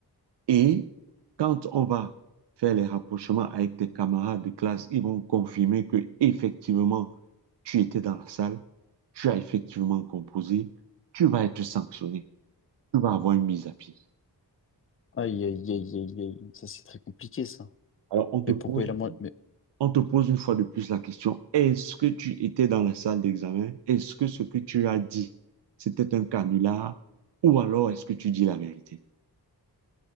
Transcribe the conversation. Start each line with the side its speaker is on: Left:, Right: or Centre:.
Right: Et quand on va faire les rapprochements avec tes camarades de classe, ils vont confirmer que effectivement tu étais dans la salle, tu as effectivement composé, tu vas être sanctionné, tu vas avoir une mise à pied.
Left: Aïe, aïe, aïe, aïe, aïe. Ça, c'est très compliqué, ça.
Right: Alors on te
Left: Mais
Right: pose,
Left: pourquoi il a... mo- Mais...
Right: on te pose une fois de plus la question, est-ce que tu étais dans la salle d'examen? Est-ce que ce que tu as dit, c'était un canular? Ou alors est-ce que tu dis la vérité?